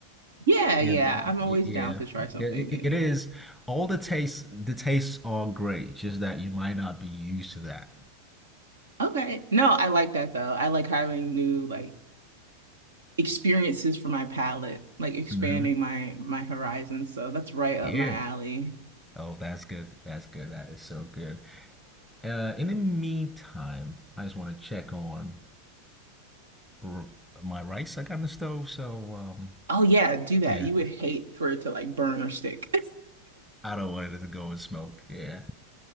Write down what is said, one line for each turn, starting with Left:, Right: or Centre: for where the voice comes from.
Right: Yeah, yeah.
Centre: Yeah,
Right: I'm always
Centre: y- yeah.
Right: down to try something
Centre: Yeah, it
Right: new.
Centre: it is all the tastes, the tastes are great, just that you might not be used to that.
Right: Okay. No, I like that though. I like having new like experiences for my palette, like expanding
Centre: hmm
Right: my my horizons. So that's right up
Centre: Yeah.
Right: my alley.
Centre: Oh, that's good. That's good. That is so good. Uh, in the meantime, I just want to check on r- my rice I got in the stove. So um,
Right: Oh yeah, do that.
Centre: yeah,
Right: You would hate for it to like burn or stick. <laughs>
Centre: I don't want it to go and smoke. Yeah,